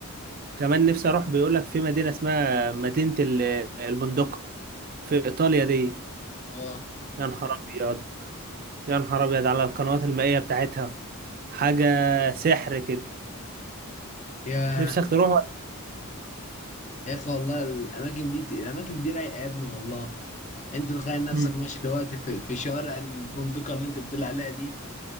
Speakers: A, on the right (about 40°); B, on the left (about 30°).
A: كمان نفسي اروح بيقولك في مدينة اسمها مدينة ال- البندقة في ايطاليا دي
B: اه
A: يا نهار ابيض يا نهار ابيض على القنوات المائية بتاعتها حاجة سحر كده
B: يا
A: نفسك تروح ولا
B: يا اخي والله الاماكن دي الاماكن دي رايقه يا ابني والله انت تخيل نفسك
A: مم.
B: ماشي دلوقتي في, في شوارع البندقه اللي انت بتقول عليها دي